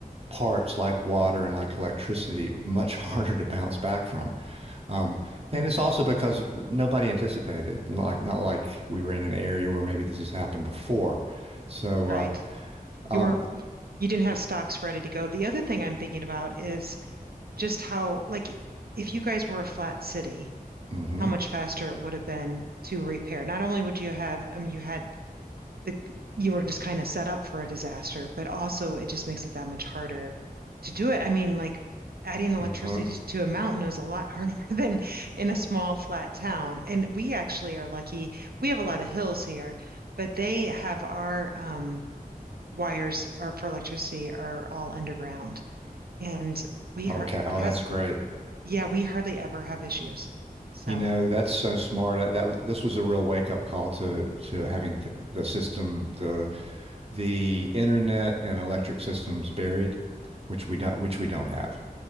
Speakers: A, on the right; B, on the right.
A: parts, like water and like electricity, were much <laughs> harder to bounce back from. Um, and
B: hmm,
A: it's also because nobody anticipated, not like not like we were in an area where maybe this has happened before. So,
B: right,
A: uh, um,
B: you weren't. You, you didn't have stocks ready to go. The other thing I'm thinking about is just how, like, if you guys were a flat city,
A: mhm,
B: how much faster it would have been to repair. Not only would you have, I mean, you had the, you were just kind of set up for a disaster, but also it just makes it that much harder to do it. I mean, like, adding electricity
A: mhm.
B: to a mountain is a lot harder <laughs> than in a small, flat town. And we actually are lucky. We have a lot of hills here, but they have our, um, Wires are for electricity are all underground, and we are
A: Okay. Oh,
B: because
A: that's great.
B: yeah, we hardly ever have issues. So,
A: You know, that's so smart. I, that w- this was a real wake-up call to to having th the system, the the internet and electric systems buried, which we don't which we don't have.